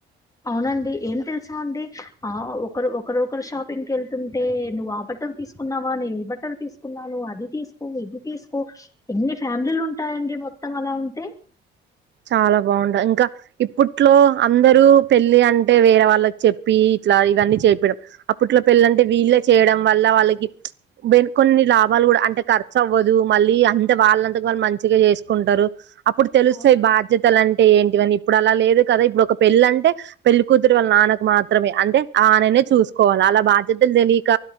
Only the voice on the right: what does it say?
చాలా బాగుంటది ఇంకా ఇప్పట్లో అందరూ పెళ్ళి అంటే వేరే వాళ్ళకి చెప్పి ఇట్లా ఇవన్నీ చెపిడం అప్పట్లో పెళ్లంటే వీళ్ళే చేయడం వల్ల వాళ్ళకి బే కొన్ని లాభాలు కూడా అంటే ఖర్చు అవ్వదు మళ్ళీ అంత వాళ్ళంత వాళ్ళు మంచిగా చేసుకుంటారు అప్పుడు
సో ఈ బాధ్యతలు అంటే ఏంటివని ఇప్పుడు అలా లేదు కదా ఇప్పుడు ఒక పెళ్ళి అంటే పెళ్లికుతురు వాళ్ల నానక్ మాత్రమే అంటే ఆననే చూసుకోవాలి అలా బాధ్యతలు తెలియక